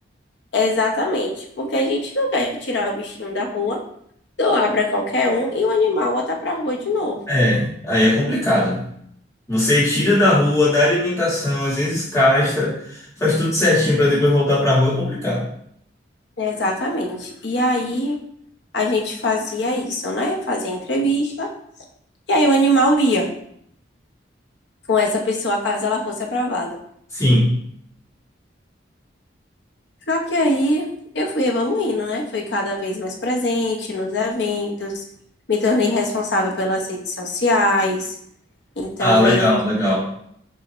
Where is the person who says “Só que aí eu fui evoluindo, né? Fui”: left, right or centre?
Left